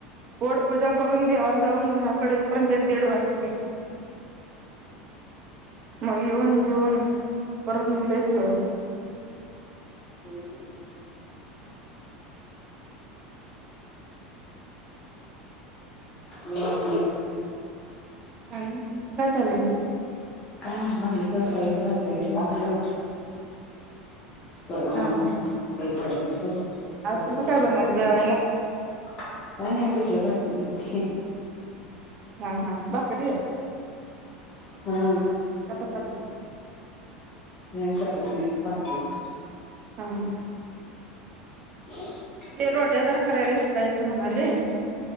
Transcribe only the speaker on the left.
<unintelligible>
पुडीची ह हा
ना भांडी घासावी घासावीम्हटलो परत
मग
लय पडत गं
सकाळी
काय नाही पिठलं भाकरी गेलती
हा
नाही चपाती नाही भाकरीच
ह